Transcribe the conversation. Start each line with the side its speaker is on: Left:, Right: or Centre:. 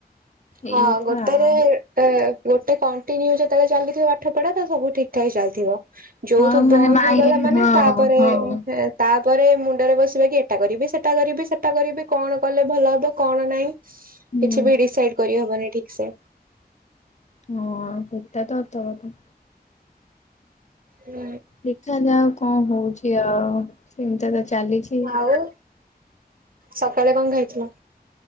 Left: ଏଇ
Right: ହଁ
Left: କଥା
Right: ଗୋଟେ
Left: ଆଉ
Right: ରେ ଏ ଗୋଟେ କଣ୍ଟିନ୍ୟୁ ଯେତେବେଳେ ଚାଲିଥିବ ପାଠ ପଢା ତ ସବୁ ଠିକ୍ ଠାକ୍ ଚାଲିଥିବ। ଯୋଉଠୁ
Left: ହଁ ମାନେ
Right: ବନ୍ଦ
Left: ମାଇଁ
Right: ହେଇଗଲା ମାନେ
Left: ହଁ
Right: ତାପରେ
Left: ହଁ
Right: ହେ ତାପରେ ମୁଣ୍ଡରେ ବସିବା କି ଏଟା କରିବି ସେଟା କରିବି ସେଟା କରିବି କଣ କଲେ ଭଲ ହବ କଣ ନାହିଁ।
Left: ହୁଁ
Right: କିଛି ବି ଡିସାଇଡ୍ କରିହବନି ଠିକ ସେ।
Left: ହଁ ସେଟା ତ <unintelligible>
Right: ହୁଁ।
Left: ଦେଖାଯାଉ କଣ ହଉଛି ଆଉ। ସିମତିଆ ତ ଚାଲିଛି।
Right: ଆଉ ସକାଳେ କଣ ଖାଇଥିଲ?